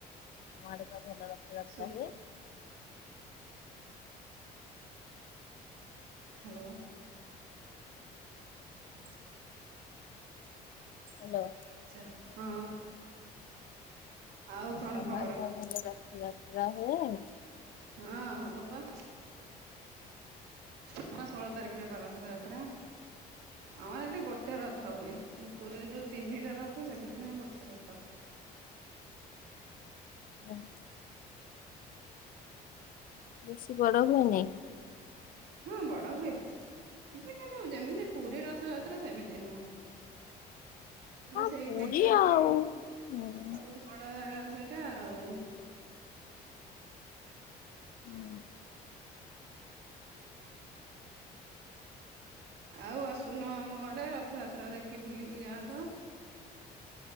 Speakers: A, on the left (about 55°); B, on the right (about 80°).
A: ତମଆଡ଼େ ପା ଭଲ ରଥଯାତ୍ରା
B: ଶୁ
A: ହୁଏ।
B: ହାଲୋ। <unintelligible>
A: ହାଲୋ।
B: ଆଚ୍ଛା ହଁ। ଆଉ କଣ
A: ତମଆଡ଼େ
B: ଖବର
A: ପା ଭଲ ରଥଯାତ୍ରା ହୁଏ।
B: ହଁ ହବ ବା। ହଁ ଷୋଳ ତାରିଖରେେ ପା ରଥଯାତ୍ରା। ଆମର ଏଠି ଗୋଟେ ରଥ ହୁଏ କିନ୍ତୁ ପୁରୀରେ ଯୋଉ ତିନିଟା ରଥ ସେମିତି ନୁହେଁ ଗୋଟେ ରଥ।
A: <unintelligible> ବେଶୀ ବଡ ହୁଏନି।
B: ହୁଁ ବଡ଼ ହୁଏ। ଏଠି କିନ୍ତୁ ଯେମିତି ପୁରୀ ରଥଯାତ୍ରା ସେମିତି ନୁହଁ।
A: ହଁ
B: ସେଇ
A: ପୁରୀ
B: ଟାଇପର ହୁଏ
A: ଆଉ ହୁଁ ହୁଁ।
B: ସବୁଠୁ। ବଡ଼ ସେଇଟା ଆଉ।
A: ଉଁ,
B: ଆଉ ଆସୁନ ଆମ ଆଡ଼େ ରଥଯାତ୍ରା ଦେଖି ବୁଲିକି ଯାଆନ୍ତୁ।